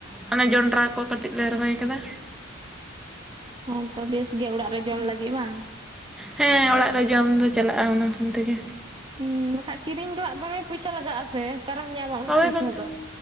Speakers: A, in the centre; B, on the right.
A: ᱚᱱᱟᱮ ᱡᱚᱱᱰᱨᱟ ᱠᱚ ᱠᱟᱹᱴᱤᱡ ᱞᱮ ᱨᱚᱦᱚᱭ ᱠᱟᱫᱟ᱾
B: ᱚ ᱦᱮᱸᱛᱚ ᱵᱮᱥ ᱜᱮ ᱚᱲᱟᱜ ᱨᱮ ᱡᱚᱢ ᱞᱟᱹᱜᱤᱫ ᱵᱟᱝ?
A: ᱦᱮᱸ ᱚᱲᱟᱜ ᱨᱮ ᱡᱚᱢ ᱫᱚ ᱪᱟᱞᱟᱜᱼᱟ ᱚᱱᱟ ᱠᱷᱚᱱ ᱛᱮᱜᱮ᱾
B: ᱦᱩᱸ ᱵᱟᱠᱷᱟ ᱠᱤᱨᱤᱧ ᱫᱚ ᱦᱟᱜ ᱫᱚᱢᱮ ᱯᱚᱭᱥᱟ ᱞᱟᱜᱟᱜᱼᱟ ᱥᱮ, ᱚᱠᱟᱨᱮᱢ ᱧᱟᱢᱟ ᱩᱱᱟᱹᱜ
A: ᱦᱳᱭ
B: ᱯᱚᱭᱥᱟ
A: ᱵᱟᱝᱠᱷᱟᱱ
B: ᱫᱚ᱾